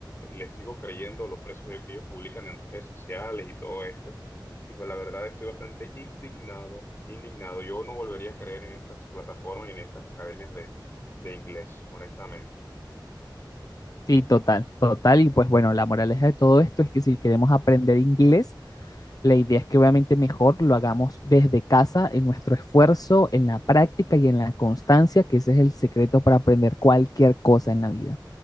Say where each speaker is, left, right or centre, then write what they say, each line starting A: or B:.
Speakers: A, on the left; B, on the left.
A: les sigo creyendo los precios que ellos publican en redes sociales y todo esto. Y pues la verdad estoy bastante indignado, indignado. Yo no volvería a creer en estas plataformas y en estas academias de, de inglés, honestamente.
B: Sí, total, total. Y pues bueno, la moraleja de todo esto es que si queremos aprender inglés, la idea es que obviamente mejor lo hagamos desde casa, en nuestro esfuerzo, en la práctica y en la constancia, que ese es el secreto para aprender cualquier cosa en la vida.